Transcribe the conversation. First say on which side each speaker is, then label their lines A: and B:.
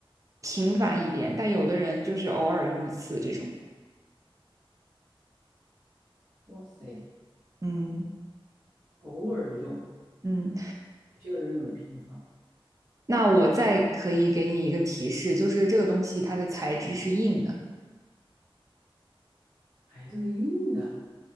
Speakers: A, on the right; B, on the right.
A: 频繁一点，但有的人就是偶尔用一次这种。
B: 哇塞，
A: 嗯
B: 偶尔用，
A: 嗯，
B: 有些人用的频繁，
A: 那我再可以给你一个提示，就是这个东西它的材质是硬的，
B: 还是个硬的。